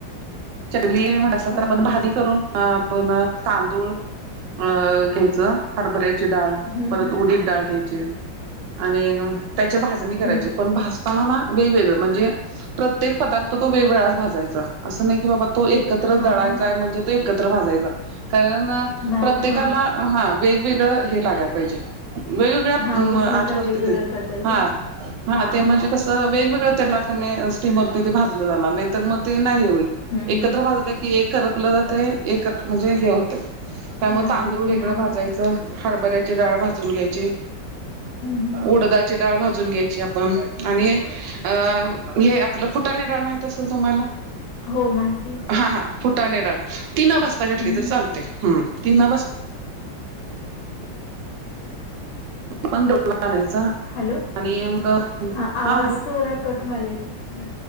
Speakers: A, on the right; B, on the left.
A: चकली म्हणलासा
B: हां,
A: तर आपण
B: हां.
A: भाज करून आपण तांदूळ अ घ्यायच. हरभऱ्याची डाळ,
B: हं,
A: परत
B: हं,
A: उडीत डाळ घ्यायची आणि त्याची भाजणी करायची.
B: हं.
A: पण भजताना ना वेगवेगळ म्हणजे प्रत्येक पदार्थ तो वेगवेगळाच भाजायचा असं नाही की बाबा तो एकत्रच
B: वे हां,
A: दळायचाय
B: हां.
A: म्हणजे त एकत्र भाजायचा कारण
B: भाज
A: प्रत्येकाला
B: हां,
A: हा वेगवेगळं हे लागायला पाहिजे. वेगवेगळ्या
B: हां. उष्णता
A: आच्यावरती
B: वेगवेगळ्या
A: ते
B: पद्धतीने.
A: हा हा
B: हां,
A: ते
B: हां.
A: म्हणजे कस वेगवेगळ्या तेला स्टीमर तिथे भाजलं जाणार नाही तर मग ते नाही होईल
B: हं,
A: एकत्र
B: हं.
A: भाज की एक करपलं जाते एक म्हणजे हे होते त्यामुळे
B: भाजतनी
A: तांदूळ वेगळं
B: हां.
A: भाजायचं हरबऱ्याची डाळ भाजून घ्यायची
B: हं, हं.
A: उड डाळ भाजून घ्यायची आपण आणि अ हे आपलं फुटाने डाळ माहत असेल तुम्हाला
B: हो, माहिती आहे की.
A: हा हा. फुटाने डाळ ती न भाजली
B: हं,
A: तर
B: हं.
A: चालते तीना भाजता पण डोला आणायचा.
B: हॅलो?
A: <inaudible> आणि मग
B: हां, आवाज
A: हा हॅलो
B: थोडा कट व्हालाय तुमच्या म